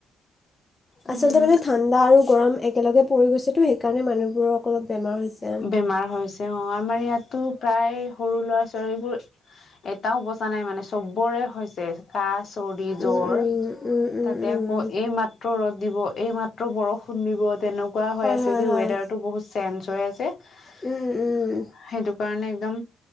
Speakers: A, on the left; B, on the left.
A: উম
B: আচলতে মানে ঠাণ্ডা আৰু গৰম। একেলগে পৰি গৈছে তো সেইকাৰণে মানুহবোৰৰ অলপ। বেমাৰ হৈছে।
A: বেমাৰ হৈছে অ আমাৰ ইয়াততো প্ৰায় সৰু ল'ৰা ছোৱালীবোৰ। এটাও বচা নাই মানে চবৰে হৈছে কাচ। চৰি জ্বৰ
B: উম উম উম
A: তাতে
B: উম উম।
A: আকৌ এই মাত্ৰ ৰদ। দিব এইমাত্ৰ বৰষুণ দিব তেনেকুৱা হৈ
B: হয়
A: আছে
B: হয়
A: যে
B: হয়।
A: ৱেডাৰটো বহুত চেঞ্জ হৈ আছে। সেইটো
B: উম উম।
A: কাৰণে একদম